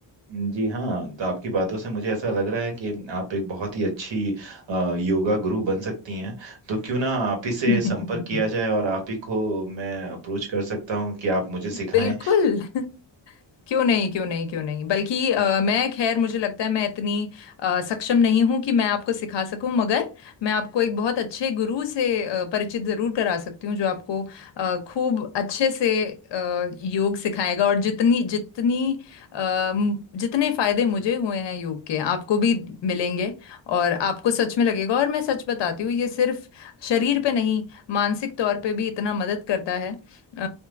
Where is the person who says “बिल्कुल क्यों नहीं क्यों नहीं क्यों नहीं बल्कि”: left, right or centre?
Left